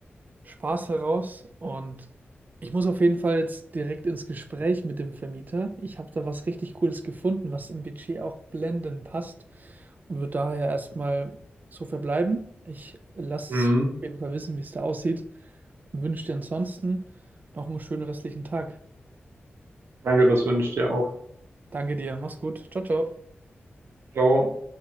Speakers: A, on the right; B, on the right.
A: Spaß heraus und ich muss auf jeden Fall jetzt direkt ins Gespräch mit dem Vermieter. Ich habe da was richtig Cooles gefunden, was im Budget auch blendend passt und würde daher erstmal so verbleiben. Ich lasse
B: Mhm.
A: es auf jeden Fall wissen, wie es da aussieht und wünsche dir ansonsten noch einen schönen restlichen Tag.
B: Danke, das wünsche ich dir auch.
A: Danke dir, mach's gut. Ciao, ciao.
B: Ciao.